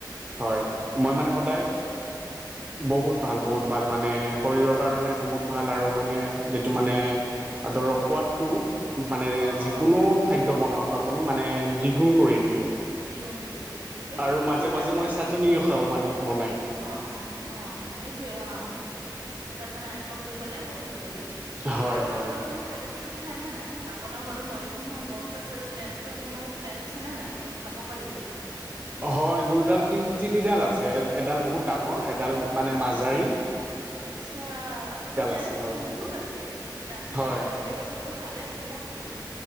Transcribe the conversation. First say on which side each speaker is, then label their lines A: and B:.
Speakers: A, on the right (about 20°); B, on the right (about 75°).
A: হয় মই মানে সদায় বহুত ভাল বহুত ভাল মানে
B: অ
A: শৰীৰৰ কাৰণে বহুত ভাল আৰু মানে যিটো মানে ধৰক সোৱাদটো মানে
B: অ
A: যিকোনো
B: অ
A: খাদ্য বনাওঁক আপুনি মানে দ্বিগুণ কৰি দিয়ে।
B: দ্বিগুণ কৰি দিয়ে। এইটো
A: আৰু
B: আপুনি
A: মাজে মাজে
B: ৰাতি
A: মই চাটনিও খাওঁ মানে বনাই।
B: অ অ অ এইটোয়ে অ তাতে নাৰিকল দি পেলাই বহুত ভাল লাগে।
A: হয়
B: আৰু
A: হয়
B: এইটো আপুনি খালী পেটত খায়নে নাই আপোনাৰ ঘৰত নৰসিংহ গছ আছে যদি কোনো টেনচনে নাই আপুনি খাব পাৰিব।
A: হয় দুডাল তিনি তিনিডাল আছে এডাল বহুত ডাঙৰ এডাল মানে
B: হা
A: মাজাৰী।
B: আচ্ছা ত তেন্তেতো
A: আছে হয়
B: বহুত আছে ৰাতিপুৱা
A: হয়
B: খালী। পেটত সেইটো খালে বহুত ভাল।